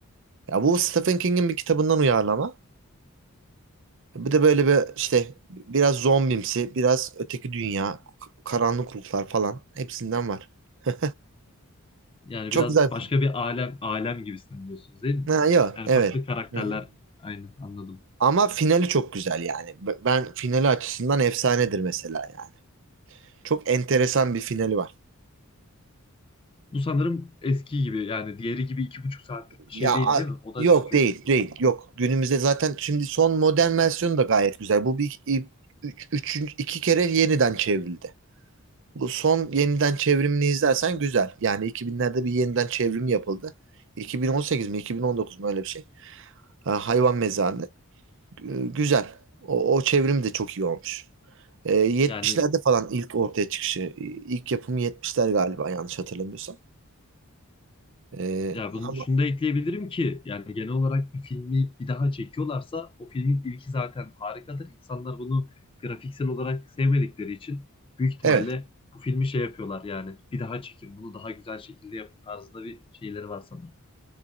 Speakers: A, on the right; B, on the left.
A: Ya bu Stephen King'in bir kitabından uyarlama. Bu da böyle bir işte biraz zombimsi, biraz öteki dünya, k- karanlık ruhlar falan hepsinden var. <laughs>
B: Yani
A: Çok
B: biraz
A: güzel.
B: başka
A: film.
B: bir alem alem gibisinden diyorsunuz değil mi
A: Ha
B: onu?
A: yok
B: Yani
A: evet.
B: farklı karakterler
A: Hı hı.
B: aynı anladım.
A: Ama finali çok güzel yani. B- Ben finali açısından efsanedir mesela yani. Çok enteresan bir finali var.
B: Bu sanırım eski gibi yani diğeri gibi iki buçuk saatlik bir
A: Ya
B: şey değil
A: a-
B: değil mi? O da
A: yok
B: çünkü
A: değil değil yok günümüzde zaten şimdi son modern versiyonu da gayet güzel. Bu bir üç, üçüncü- iki kere yeniden çevrildi. Bu son yeniden çevrimini izlersen güzel. Yani 2000'lerde bir yeniden çevrim yapıldı. 2018 mi 2019 mu öyle bir şey. Ha, hayvan mezarlığı Gü- Güzel. O, o çevrim de çok iyi olmuş. Ee, 70'lerde
B: yani
A: falan ilk ortaya çıkışı. İlk yapımı 70'ler galiba yanlış hatırlamıyorsam. Ee,
B: ya bunu
A: ama
B: şunu da ekleyebilirim ki yani genel olarak bir filmi bir daha çekiyorlarsa o filmin ilki zaten harikadır. İnsanlar bunu grafiksel olarak sevmedikleri için büyük ihtimalle
A: evet.
B: bu filmi şey yapıyorlar yani bir daha çekin bunu daha güzel şekilde yapın tarzında bir şeyleri var sanırım.